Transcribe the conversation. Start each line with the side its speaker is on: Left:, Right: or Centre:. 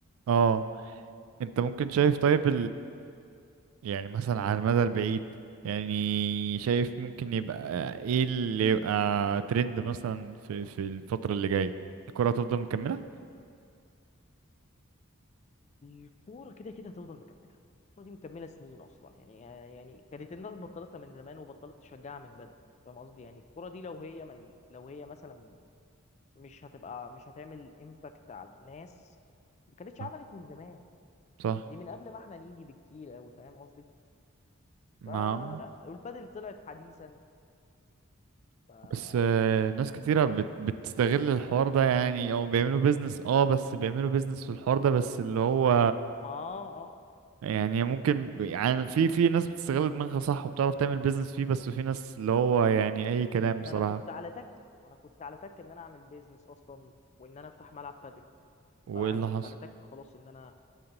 Right: اه انت ممكن شايف طيب يعني مثلا على المدى البعيد يعني شايف ممكن يبقى ايه اللي يبقى ترند مثلا في في الفترة اللي جاية الكرة هتفضل مكملة
Left: الكورة كده كده هتفضل مكملة الكورة دي مكملة سنين أصلا يعني يعني كانت الناس بطلتها من زمان وبطلت تشجعها من بدري فاهم قصدي يعني الكورة دي لو هي مل... لو هي مثلا مش هتبقى مش هتعمل امباكت على الناس ما كانتش
Right: آه،
Left: عملت من زمان
Right: صح
Left: دي من قبل ما احنا نيجي بكتير أوي فاهم قصدي
Right: ما
Left: فلا والبادل طلعت حديثا ف ما
Right: بس آه، ناس كتيرة بت بتستغل الحوار ده يعني او بيعملوا بيزنس اه بس بيعملوا بيزنس في الحوار ده بس اللي هو
Left: آه آه.
Right: يعني ممكن يعني في في ناس بتستغل دماغها صح وبتعرف تعمل بيزنس فيه بس في ناس اللي هو يعني اي كلام بصراحة
Left: أنا كنت على تكة أنا كنت على تكة إن أنا أعمل بيزنس أصلا وإن أنا أفتح ملعب بادل
Right: وايه
Left: فكنت
Right: اللي حصل
Left: على تك خلاص ان انا